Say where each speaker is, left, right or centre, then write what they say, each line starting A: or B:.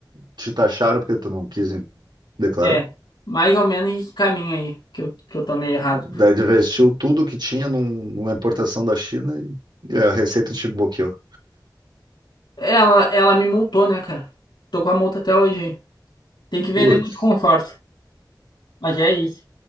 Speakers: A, on the right; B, on the left.
A: te taxaram porque tu não quis declarar?
B: É, mais ou menos esse caminho aí que eu, que eu tomei errado.
A: Daí investiu tudo que tinha num- numa importação da China e, e a receita te bloqueou.
B: Ela, ela me multou, né, cara? Tô com a multa até hoje. aí. Tem que vender
A: Putz,
B: muito conforto. Mas é isso.